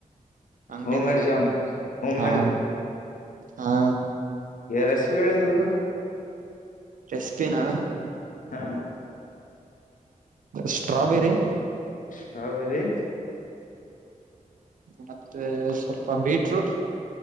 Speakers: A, on the right (about 70°); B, on the left (about 70°).
A: ಅಂಗಡಿ
B: ಹೋಮ್
A: ಇದ ಇದಲ್ಲ
B: ಮೇಡ್ ಜಾಮ್ ಹೋಮ್
A: ಹಾ ಹಾ
B: ರೆಸಪಿ ಹೇಳಿ ಸ್ವಲ್ಪ
A: ಇಷ್ಟೇನಾ
B: ಹಾ
A: ಸ್ಟ್ರಾಬೆರಿ
B: ಸ್ಟ್ರಾಬೆರಿ
A: ಮತ್ತೆ ಸ್ವಲ್ಪ ಬೀಟ್ರೂಟ್